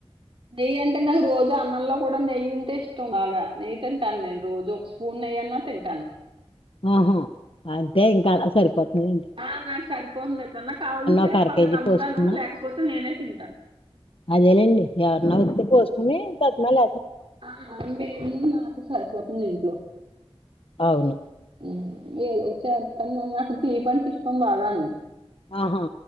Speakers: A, on the right; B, on the left.
A: నెయ్యంటే నాకు రోజు అన్నంలో గూడా నెయ్యి ఉంటే ఇష్టం బాగా నెయితింటాను నేను రోజు ఒక్ ఉన్నయన్నా తింటాను
B: ఆహా అంటే ఇంకా అలా సరిపోతుంలెండి
A: ఆ నాకు సరిపోతుంది ఎప్పుడన్నా కావలంటే
B: ఒక అర
A: వాళ్ళకి
B: కేజీ
A: అమ్ముతాను
B: పోసుకున్నా
A: లేకపోతే నేనే తింటా
B: అదేలేండి ఎర్న ఓతే పోస్కుని తట్నల
A: ఆ మేం మాకే సర్పోతుంది ఇంట్లో
B: అవును
A: ఉమ్ ఏదో చేత్తన్నా నాక్ తిపంటే ఇష్టం బాగా నీ
B: ఆహా